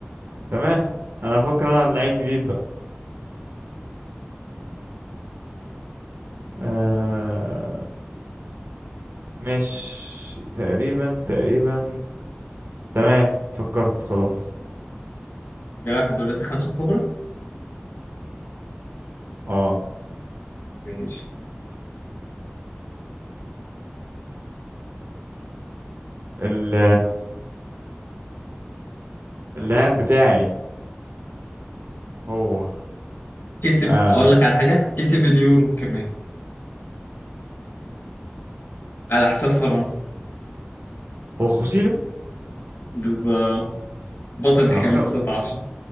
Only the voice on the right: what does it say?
تمام انا فاكر انا لعيب جديد بقى آه... مش تقريبا تقريبا تمام فكرت خلاص
اه
ال... اللاعب بتاعي هو
آه...
هو خوسيلو
انا
عمال اقول